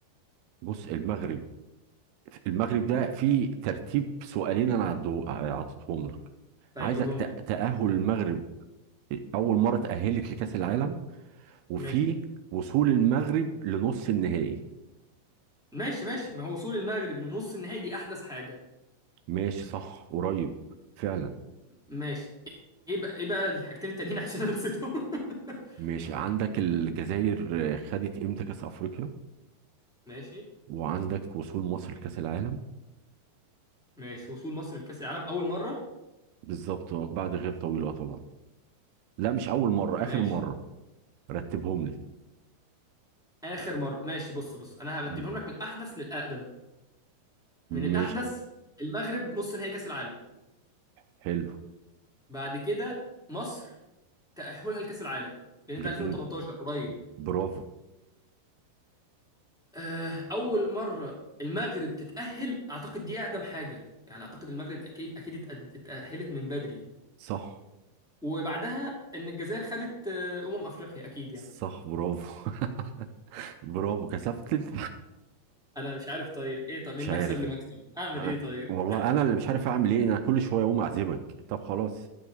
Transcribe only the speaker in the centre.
طيب
قولهم لي
ماشي
ماشي ماشي ما هو وصول المغرب لنص النهائي دي احدث حاجه
ماشي ايه بقى ايه بقى الحاجتين التانيين <laughs> عشان انا نسيتهم <laughs>
ماشي
ماشي وصول مصر لكأس العالم اول مره
ماشي
اخر مره ماشي بص بص انا هرتبهم
لك من الاحدث للاقدم من الاحدث
المغرب نص نهائي كأس العالم
بعد كده مصر تأهلها لكأس العالم لان ده
2018 قريب
آه، اول مره المغرب تتاهل اعتقد دي اقدم حاجه يعني اعتقد المغرب اكيد اكيد اتأد- اتاهلت من بدري
وبعدها ان الجزائر خدت آه، امم افريقيا اكيد يعني
انا مش عارف طيب ايه طب
من
مكسب لمكسب اعمل
ايه طيب